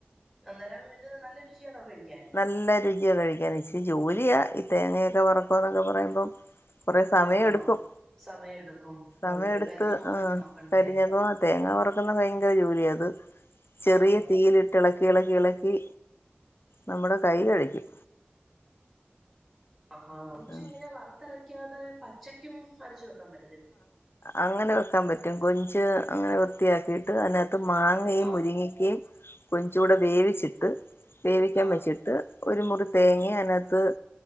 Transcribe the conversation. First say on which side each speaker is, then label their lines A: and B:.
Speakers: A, in the centre; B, on the left (about 70°).
A: അന്നേരം ഒരു നല്ല രുചിയാന്നോ കഴിക്കാൻ
B: നല്ല രുചിയാണ് കഴിക്കാൻ ഇച്ചിരി ജോലിയാ ഈ തേങ്ങയൊക്കെ വറക്കുക എന്നൊക്കെ പറയുമ്പം കുറെ സമയം
A: ആഹാ
B: എടുക്കും
A: സമയം എടുക്കും
B: സമയെടുത്ത്
A: അതെ അതെ കരിഞ്ഞു പോവാതൊക്കെ
B: ആഹ്
A: നോക്കണ്ടേ
B: കരി തേങ്ങ വറക്കുന്ന ഭയങ്കര ജോലിയാത് ചെറിയ
A: ആഹ്
B: തീയിലിട്ട് എളക്കി എളക്കി എളക്കി നമ്മുടെ കൈ കെഴക്കും
A: കൊഞ്ച്
B: ആഹ്
A: ഇങ്ങനെ വറത്തെരക്കാതെ പച്ചക്കും അരച്ച് വെക്കാൻ പ
B: അങ്ങനെ വെക്കാൻ പറ്റും കൊഞ്ച് അങ്ങനെ വൃത്തിയാക്കിട്ട് അതിനക അത് മാങ്ങയും
A: ആഹ്
B: മുരിങ്ങിക്കയും കൊഞ്ചുടെ വേവിച്ചിട്ട് വേവിക്കാൻ
A: ആഹ്
B: വെച്ചിട്ട് ഒരു മുറി തേങ്ങയും അതിനകത്ത്